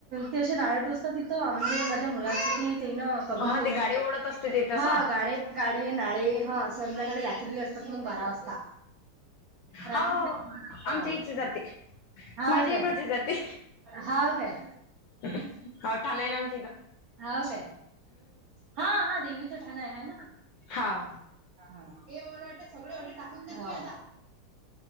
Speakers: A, on the right; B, on the left.
A: ते असे राळे टोचतात तिथं म्हणजे माझ्या मु तेन कबूल
B: हा
A: केलं
B: ते गाडी
A: होत
B: ओढत असते ते तसं
A: हा गाडे गाडे, नाळे हा संध्याकाळी रात्रीली असतात मग बारा वाजता. रात्री
B: हो
A: अ-बारा वाजता
B: आमच्या
A: नाळे.
B: इथची जाते
A: हाव
B: माझ्या
A: काय,
B: इकडची जाते
A: हाव काय.
B: हो ठाण आहे ना आमच्या यीथ.
A: हाव काय हा हा देवीचं ठाण आहे ह ना.
B: हाव.
A: हा हा ते मला वाटते सगळे वडी टाकून देतो मी आता.